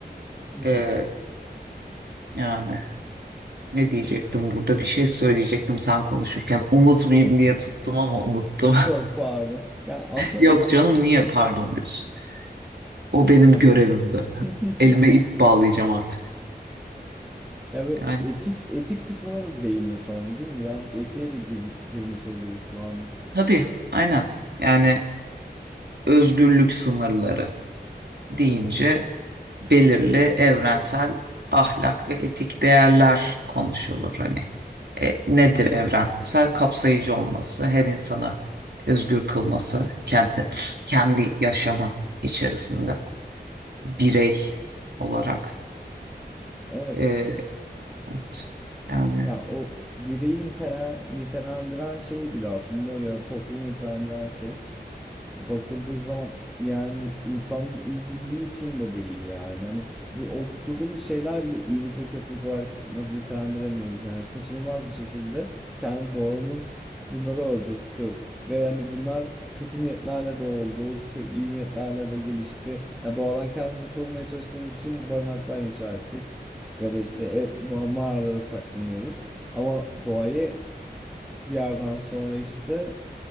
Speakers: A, in the centre; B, on the right.
A: <laughs>
B: Ee, yani ne diyecektim burada? Bir şey söyleyecektim sen konuşurken. Unutmayayım diye tuttum ama unuttum.
A: Çok pardon. Yani aslında
B: <laughs> Yok
A: etik
B: canım niye pardon diyorsun? O benim
A: yani
B: görevimdi.
A: <laughs>
B: <laughs> Elime ip bağlayacağım artık.
A: yani böyle
B: Yani
A: etik etik kısmına da değiniyor sanırım değil mi? Birazcık etiğe de gir- girmiş oluyoruz şu anda.
B: tabii, aynen. Yani özgürlük sınırları deyince belirli evrensel ahlak ve etik değerler konuşulur.
A: <laughs>
B: Hani e, nedir evrensel? Kapsayıcı olması, her insana özgür kılması, kendi kendi yaşamı içerisinde birey olarak.
A: Evet.
B: E, evet. Yani
A: Ya o bireyi nitelen, nitelendiren şey bile aslında ya toplumu nitelendiren şey bakıldığı zaman yani insanın iyiliği için de değil yani. Hani bu oluşturduğumuz şeyler bile iyilik ve kötülük olarak nitelendiremiyoruz. Yani kaçınılmaz bir şekilde kendi doğamız bunları öldürttü. Ve hani bunlar kötü niyetlerle de oldu, kö- iyi niyetlerle de gelişti. Ya doğadan kendimizi korumaya çalıştığımız için barınaklar inşa ettik. Ya da işte e, ma- mağaralara saklanıyoruz. Ama doğayı bir yerden sonra işte